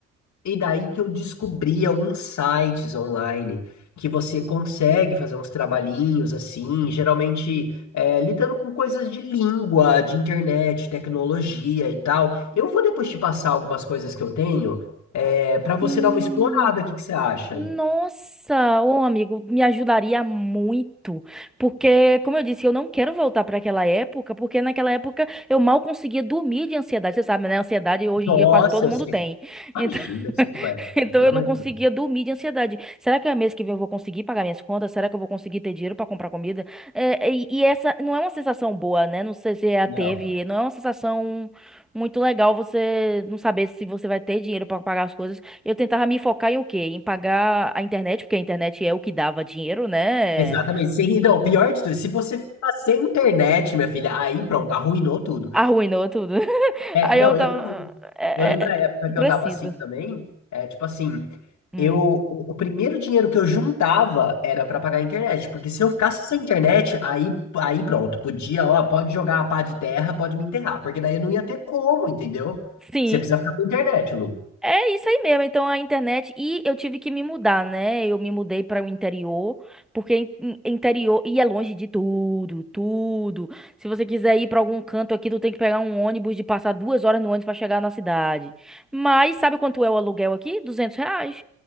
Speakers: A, on the left (about 60°); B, in the centre.
A: E daí que eu descobri alguns sites online que você consegue fazer uns trabalhinhos assim, geralmente é, lidando com coisas de língua, de internet, tecnologia e tal. Eu vou depois te passar algumas coisas que eu tenho é, para você
B: Ih.
A: dar uma explorada. O que que você acha?
B: Nossa, ô amigo, me ajudaria muito, porque, como eu disse, eu não quero voltar para aquela época, porque naquela época eu mal conseguia dormir de ansiedade, você sabe, né? Ansiedade hoje
A: Nossa,
B: em dia quase todo
A: eu
B: mundo
A: sei.
B: tem. Então,
A: Imagina,
B: <laughs>
A: eu sei como é.
B: então
A: Pelo
B: eu
A: amor
B: não conseguia
A: de Deus.
B: dormir de ansiedade. Será que é mês que vem eu vou conseguir pagar minhas contas? Será que eu vou conseguir ter dinheiro para comprar comida? É, e, e essa não é uma sensação boa, né? Não sei se você a
A: Não.
B: teve, não é uma sensação muito legal você não saber se você vai ter dinheiro para pagar as coisas. Eu tentava me focar em o quê? Em pagar a internet, porque a internet é o que dava dinheiro, né?
A: Exatamente. Sem, não, pior de tudo, se você ficar sem internet, minha filha, aí pronto, arruinou tudo.
B: Arruinou tudo. <laughs>
A: É,
B: Aí
A: não,
B: eu tava.
A: eu também.
B: É,
A: Eu lembro
B: é, é,
A: a época que
B: precisa.
A: eu tava assim também, é tipo assim,
B: Hum.
A: eu o, o primeiro dinheiro que eu juntava era pra pagar a internet, porque se eu ficasse sem internet, aí aí pronto, podia, ó, pode jogar a pá de terra, pode me enterrar, porque daí não ia ter como, entendeu?
B: Sim,
A: Você precisa ficar com internet, Lu.
B: é isso aí mesmo. Então a internet. E eu tive que me mudar, né? Eu me mudei para o interior, porque in- in- interior. E é longe de tudo, tudo. Se você quiser ir para algum canto aqui, tu tem que pegar um ônibus de passar duas horas no ônibus para chegar na cidade. Mas sabe quanto é o aluguel aqui? 200 reais.